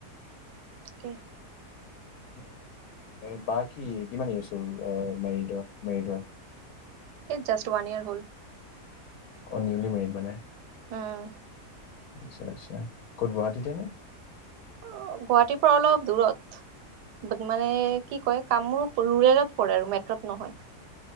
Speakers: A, on the right (about 80°); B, on the left (about 70°).
A: তাকে।
B: অ। এ বা কি কিমান ইয়েছ হ'ল মেৰিডৰ মেৰিড হোৱা?
A: এ জাষ্ট ওৱান ইয়েৰ হ'ল।
B: অ, নিউলি মেৰিড মানে।
A: উম।
B: আচ্ছা, আচ্ছা। ক'ত গুৱাহাটীতে নে?
A: অ, গুৱাহাটীৰ পৰা অলপ দূৰত। বাট মানে কি কয় কামৰূপ ৰুৰেলত পৰে আৰু মেট্ৰত নহয়।